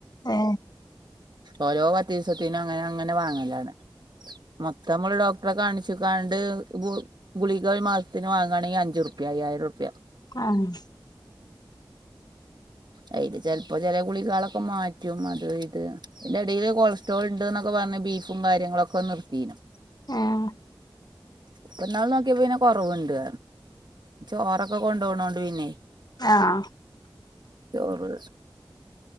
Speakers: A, on the left; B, on the right.
A: ഹെ
B: ഓരോ പത്തിസത്തിനും അങ്ങനെ അങ്ങനെ വാങ്ങലാണ്. പ്പനമ്മള് ഡോക്ടറെ കാണിച്ച്ക്കാണ്ട് ഗു ഗുളികാ മാസത്തിന് വാങ്ങയാണെങ്കിൽ അഞ്ച് റുപിയ അയ്യായിരം റുപിയ
A: ആഹ്
B: അയ്ല് ചെലപ്പോ ചല ഗുളികളൊക്കെ മാറ്റും അതി ഇത് എന്റെടയിൽ കൊളസ്ട്രോൾ ഉണ്ട് എന്നൊക്കെ പറഞ്ഞ ബീഫും കാര്യങ്ങളുക്കെ നിർത്തിനു.
A: ഏഹ്
B: പ്പ. ന്നാള് നോക്കിയപ്പം പിന്നെ. കൊറവുണ്ട് ചോറൊക്കെ കൊണ്ടോണോണ്ട് പിന്നെ.
A: ആഹ്
B: ചോറ്